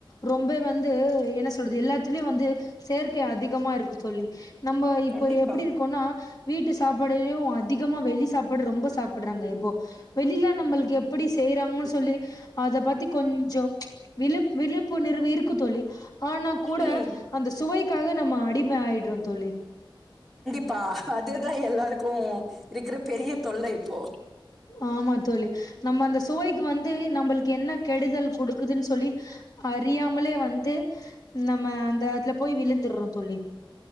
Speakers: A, on the left; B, in the centre.
A: ரொம்ப வந்து என்ன சொல்றது எல்லாத்துலயும் வந்து சேர்க் க்க அதிகமா இருக்கு தோழி நம்ம இப்ப
B: கண்டிப்பா
A: எப்டி இருக்கோனா வீட்டு சாப்பாடையு அதிகமா வெளி சாப்பாடு ரொம்ப சாப் படுறாங்க இப்போ வெளில நம்மளுக்கு எப் ப்டி செய்யறாங்கனு சொல்லி அத பத்தி கொஞ்சோ விழுப் விழிப்புணர்வு இருக்கு தோழி ஆனா கூட
B: ம்
A: அந்த சுவை க்காக நம்ம ஆ அடிம ஆயிட்றோ தோழி
B: ப்பா அதுதா எல்லாருக்கு இருக்குற பெரிய தொல்ல இப்போ
A: ஆமா தோழி நம்ம அந்த சுவைக்கு வந்து நம்பளுக்கு என்ன கெடுதல் குடுக்குதுன் சொல்லி அறியாமலே வந்து நம்ம அந்த அதுல போய் விழுந்துடுறோ தோழி